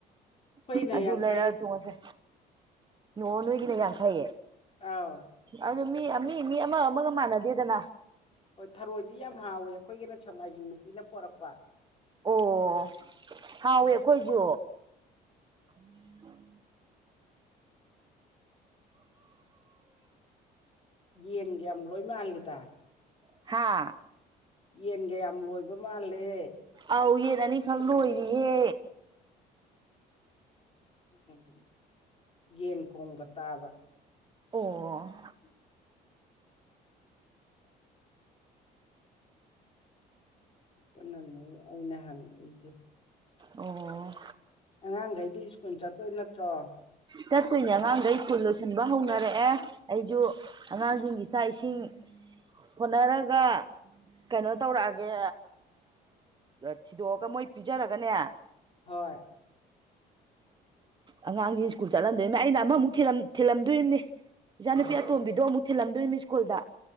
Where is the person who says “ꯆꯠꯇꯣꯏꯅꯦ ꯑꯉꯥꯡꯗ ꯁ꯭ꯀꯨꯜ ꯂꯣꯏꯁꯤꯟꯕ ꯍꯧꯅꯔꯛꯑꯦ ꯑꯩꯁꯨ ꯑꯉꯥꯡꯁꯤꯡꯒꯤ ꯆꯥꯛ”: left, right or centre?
Right